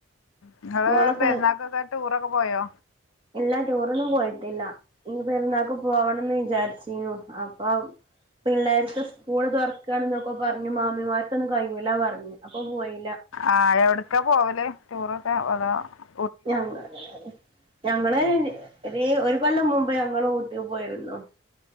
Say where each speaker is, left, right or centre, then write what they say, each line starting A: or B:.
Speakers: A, on the left; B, on the right.
A: നിങ്ങള്
B: മോളൊക്കെ
A: പെരുനാൾക്കൊക്ക ടൂർ ഒക്കെ പോയോ
B: ഇല്ല ടൂറൊന്നും പോയിട്ടില്ല ഇനി പെരുന്നാക്ക് പോകണംന്ന് വിചാരിച്ചിരുന്നു അപ്പൊ പിള്ളേർക്ക് സ്കൂള് തുറക്കാന്നൊക്കെ പറഞ്ഞു മാമിമാർക്കൊന്നും കഴിവൂല്ല പറഞ്ഞു അപ്പൊ പോയി
A: ആഹ എവിടക്കാ പോവലേ ടൂറ് തപ <unintelligible>
B: ഞങ്ങ ഞങ്ങള് ഇ ഒരു കൊല്ലം മുമ്പ് ഞങ്ങൾ ഊ പോയിരുന്നു